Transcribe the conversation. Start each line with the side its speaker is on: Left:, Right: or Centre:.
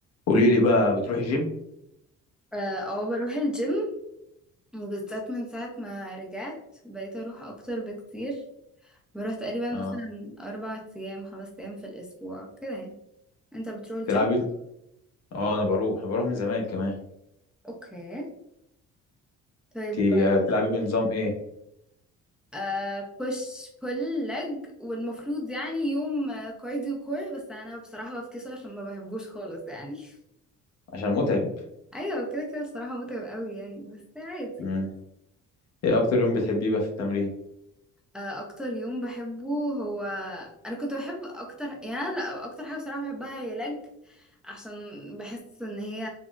Left: قولي لي بقى بتروحي جيم
Centre: اه أو بروح الجيم وبالذات من ساعة ما رجعت بقيت اروح اكتر بكتير بروح تقريبا
Left: اه
Centre: مثلا اربع ايام خمس ايام في الاسبوع كده يعني انت بتروح الجيم
Left: تلعبي اه انا بروح انا بروح من زمان كمان
Centre: اوكي طيب
Left: انت بتلعبي بنظام ايه
Centre: آه بوش بول لج والمفروض يعني يوم آه، كارديو كور بس انا بصراحة بفكسه عشان ما بحبوش خالص يعني <laughs>
Left: عشان متعب
Centre: ايوه كده كده بصراحة متعب قوي يعني بس عادي
Left: امم ايه اكتر يوم بتحبيه بقى في التمرين
Centre: آه، اكتر يوم بحبه هو انا كنت بحب اكتر يعني أنا لا اكتر حاجه بصراحه بحبها هي لج عشان بحس ان هي